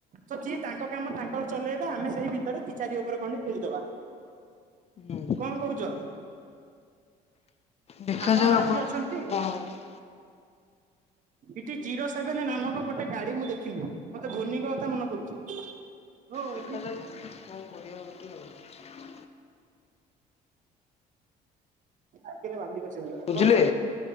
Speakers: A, on the right (about 50°); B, on the left (about 40°).
A: ତ ସିଏ ତାଙ୍କ କାମ ତାଙ୍କର ଚଲେଇବେ ଆମେ ସେଇ ଭିତରେ ଦି ଚାରି ଓଭର ଖଣ୍ଡେ ଖେଳିଦବା।
B: ହୁଁ
A: କଣ କହୁଛ?
B: ଦେଖାଯାଉ
A: ଆପଣ ରାଜି
B: ଆପଣଙ୍କ
A: ଅଛନ୍ତି?
B: କଥା କଣ ହଉଛି।
A: ଇଠି ଜିରୋ ସେଭେନ ନାମକ ଗୋଟେ ଗାଡି ମୁଁ ଦେଖିଲି, ମତେ ଧୋନିଙ୍କ କଥା ମନେ ପଡୁଛି। ଧୋନି!
B: ଦେଖାଯାଉ କଣ କରିବା ଗୋଟେ ଆଉ।
A: ଆଖିରେ ବାଲି ପଶିଗଲା,
B: ବୁଝିଲେ
A: କଣ?